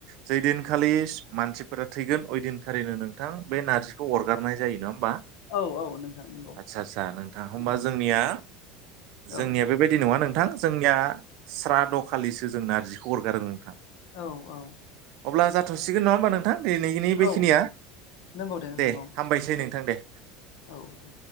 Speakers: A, on the right; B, on the left.
A: जैदिनखालि मानसिफोरा थैगोन अयदिनखालिनो नोंथां बे नारजिखौ अरगारनाय जायो नङा मा
B: औ औ नोंथां नंगौ
A: आदसा आदसा नोंथां होमबा
B: औ
A: जोंनिया
B: औ
A: जोंनिया बेबायदि नङा नों नोंथां जोंनिया स्राद' खालिसो जों नारजिखौ हरगारो नोंथां
B: औ औ
A: अब्ला जाथ'सिग नङा होनबा नोंथां दिनैनि
B: औ
A: बेखिनिया
B: नंगौ नोंथां
A: दे
B: औ
A: हामबायसै नोंथां दे।
B: औ दे